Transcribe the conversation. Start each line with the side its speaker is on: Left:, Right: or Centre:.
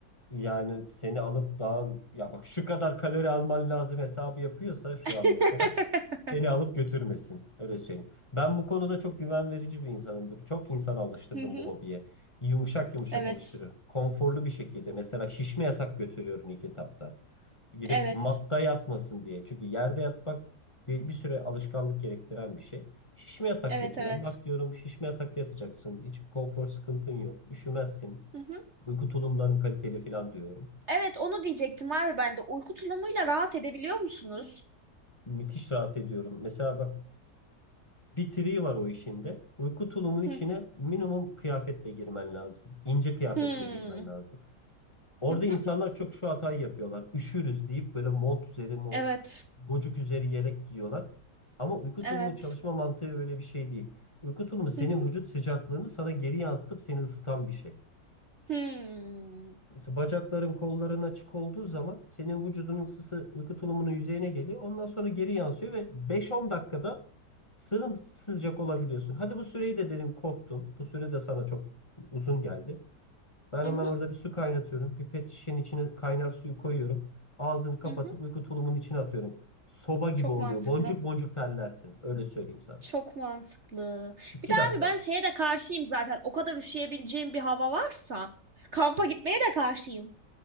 Left: Yani seni alıp dağın, ya bak şu kadar kalori alman lazım hesabı yapıyorsa şu
Right: <laughs>
Left: an mesela. Beni alıp götürmesin. Öyle söyleyeyim. Ben bu konuda çok güven verici bir insanımdır. Çok insan alıştırdım
Right: Hı hı,
Left: bu hobiye. Yumuşak yumuşak
Right: evet.
Left: alıştırıyorum. Konforlu bir şekilde. Mesela şişme yatak götürüyorum ilk etapta. Gidip
Right: Evet.
Left: matta yatmasın diye. Çünkü yerde yatmak bir, bir süre alışkanlık gerektiren bir şey. Şişme yatak
Right: Evet,
Left: götürüyorum.
Right: evet.
Left: Bak diyorum şişme yatakta yatacaksın. Hiç konfor sıkıntın yok. Üşümezsin.
Right: Hı hı.
Left: Uyku tulumların kaliteli falan diyorum.
Right: Evet, onu diyecektim abi ben de. Uyku tulumuyla rahat edebiliyor musunuz?
Left: Müthiş rahat ediyorum. Mesela bak Bir triği var o işinde. Uyku tulumun içine
Right: Hı.
Left: minimum kıyafetle girmen lazım. İnce kıyafetle
Right: Hmm.
Left: girmen lazım. Orada
Right: Hı
Left: insanlar
Right: hı.
Left: çok şu hatayı yapıyorlar. Üşürüz deyip böyle mont üzeri mont,
Right: Evet.
Left: gocuk üzeri yelek giyiyorlar. Ama uyku
Right: Evet.
Left: tulumun çalışma mantığı öyle bir şey değil. Uyku tulumu senin
Right: Hı hı.
Left: vücut sıcaklığını sana geri yansıtıp seni ısıtan bir şey.
Right: Hmm.
Left: Mesela bacakların, kolların açık olduğu zaman senin vücudunun ısısı uyku tulumunun yüzeyine geliyor. Ondan sonra geri yansıyor ve 5-10 dakikada sımsıcak olabiliyorsun. Hadi bu süreyi de dedim korktum. Bu süre de sana çok uzun geldi. Ben
Right: Hı
Left: hemen
Right: hı,
Left: orada bir su kaynatıyorum. Bir pet şişenin içine kaynar suyu koyuyorum. Ağzını kapatıp
Right: hı hı.
Left: uyku tulumunun içine atıyorum. Soba gibi
Right: Çok
Left: oluyor.
Right: mantıklı.
Left: Boncuk boncuk terlersin. Öyle söyleyeyim sana.
Right: Çok mantıklı.
Left: 2
Right: Bir de
Left: dakika.
Right: abi ben şeye de karşıyım zaten. O kadar üşüyebileceğim bir hava varsa kampa gitmeye de karşıyım.